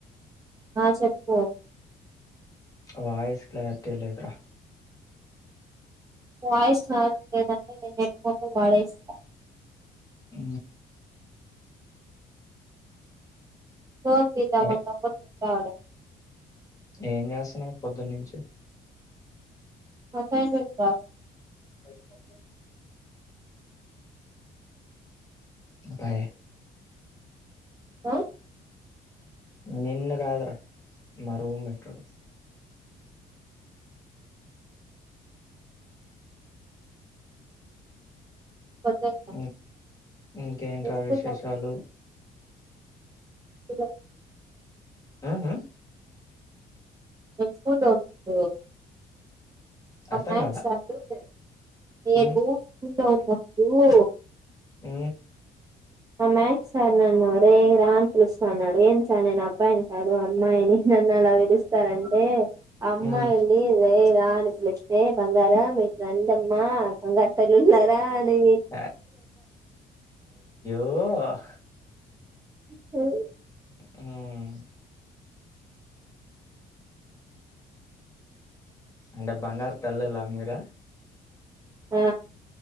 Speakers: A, on the right; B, on the left.
A: ఆ చెప్పుకో
B: వయిస్ క్లారిటీ లేదుర
A: వాయిస్ క్లారిటీ లేదంటే నేను నెట్టు మొత్తం వాడేసేసా
B: అ
A: ఫోన్ చేద్దామన్న
B: ఏ
A: అవ్వదు <unintelligible>
B: ఏం చేస్తున్నావ్ పొద్దున్నుంచి
A: అసైన్మెంట్ రాస్
B: పైస <unintelligible> ఉంటాయి
A: ఆ
B: నిన్ను కాద్రా మా రూమ్మేటోడు
A: వద్దంటా
B: ఇ ఇంకేంట్రా
A: స్కూల్లో
B: విశేషాలు
A: ఇదా
B: ఆ హ
A: మేం స్కూల్లో ఉన్నప్పుడు మా
B: అర్థం
A: మాక్స్
B: కాల
A: <unintelligible> ఏను
B: మ్మ్
A: ఫ్ <unintelligible> నువ్వు అప్పుడు
B: ఆ
A: మా మ్యాక్స్ సార్ నన్ను వరే రా నీ పిలుస్తాన్నాడు. ఏం సార్ నేను అ అబ్బాయిని కాదు అమ్మాయిని నన్ను అలా విలుస్తారంటే అమ్మాయి
B: మ్మ్
A: లే రేయ్ రా అని పిలిస్తే బంగార మీరు ఇట్రం డమ్మా బంగారు తల్లులార <inaudible>
B: అ ఓ
A: స
B: ఉమ్ అంటే బంగారు తల్లలా మీరా
A: ఆ